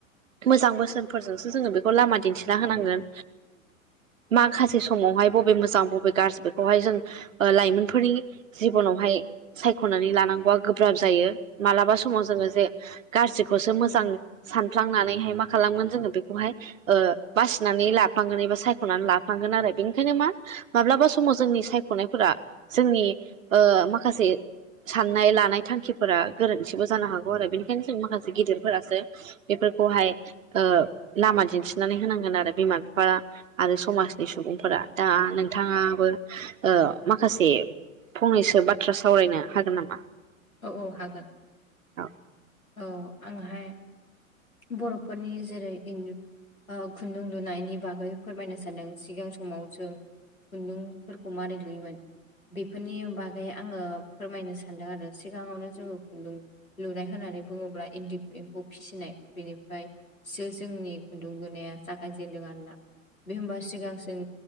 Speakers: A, on the right (about 65°); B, on the left (about 80°).
A: मोजां बोसोन जोंसो जों बेखौ लामा दिन्थिना होनांगोन माखासे समावहाय बबे मोजां बबे गाज्रि बेखौहाय जों लाइमोनफोरनि जिबनावहाय ए सायख'नानै लानांगौआ गोब्राब जायो मालाबा समाव जोङो जे गाज्रिखौसो मोजां सानफ्लांनानैहाय मा खालामगोन जोङो बेखौहाय ओ बासिनानै लाफ्लांगोन एबा सायख'नानै लाफ्लांगोन आरो बेनिखायनो मा माब्ला मालाबा समाव जोंनि सायख'नायफोरा जोंनि ओ माखासे साननाय लानाय थांखिफोरा गोरोन्थिबो जानो हागौ आरो बेनिखायनो जों माखासे गिदिरफोरासो बेफोर खौहाय ओ लामा दिन्थिनानै होनांगोन आरो बिमा बिफा आरो समाजनि सुबुंफोरा दा नोंथाङाबो ओ माखासे फंनैसो बाथ्रा सावरायनो हागोन नामा?
B: औ औ हागोन
A: औ
B: औ आंहाय बर'फोरनि जेरै इं ओ खुन्दुं लुनायनि बागै फोरमायनो सानदों सिगां समाव जों खुन्दुंफोरखौ मारै लुयोमोन बेफोरनि बागै आङो फोरमायनो सानदों आरो सिगाङावनो जोङो खुन्दुं लुनाय होननानै बुङोब्ला इन्दि एम्फौ फिसिनाय बेनिफ्राय सो जोंनि खुन्दुं लुनाया जागायजेनदों आरोना बे होमबा सिगांसिन